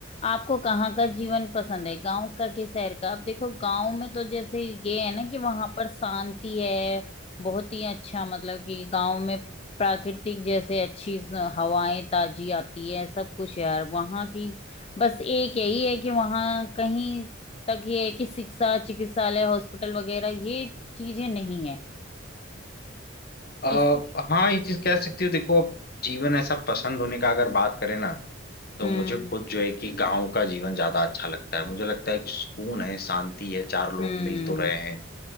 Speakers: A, on the left; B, on the left.
A: आपको कहाँ का जीवन पसंद है गांव का कि शहर का आप देखो गांव में तो जैसे ये है ना कि वहां पर शांति है बहुत ही अच्छा मतलब कि गांव में प्राकृतिक जैसे अच्छी स- हवाएं ताजी आती है सब कुछ यार वहां की बस एक यही है कि वहां कहीं तक ये है कि शिक्षा चिकित्सालय हॉस्पिटल वगैरह ये चीजें नहीं है
B: आ,
A: इसी
B: हाँ ये चीज कह सकती हो देखो अब जीवन ऐसा पसंद होने का अगर बात करें ना तो
A: हम्म
B: मुझे खुद जो है कि गांव का जीवन ज्यादा अच्छा लगता है मुझे लगता है कि सुकून है शांति है चार लोग
A: हम्म
B: मिल तो रहे हैं